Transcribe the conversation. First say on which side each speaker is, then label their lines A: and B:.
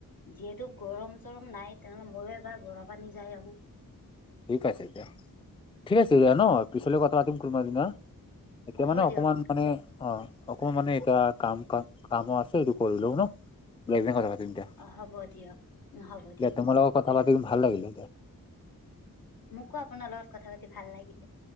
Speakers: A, on the left; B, on the left.
A: যিহেতু, গৰম-চৰম নাই। তেনেহ'লে, মইয়ো এবাৰ বৰা পানী যাই আহোঁ।
B: ঠিক আছে, দিয়া। ঠিক আছে, দিয়া ন'! পিছলৈ কথা পাতিম, কোনোবা এদিন হা। তাকে,
A: হ'ব
B: মানে
A: দিয়ক
B: অকমান মানে, অ'! অকমান মানে, এতিয়া, কাম-কাম, কামো আছে, সেইটো কৰি লও ন'। কৰি পিনে, কথা পাতিম দিয়া।
A: অ'! হ'ব দিয়ক, উম! হ'ব দিয়ক।
B: দিয়া তোমাৰ লগত কথা পাতি ভাল লাগিলে!
A: মোকো, আপোনাৰ লগত কথা পাতি ভাল লাগিলে!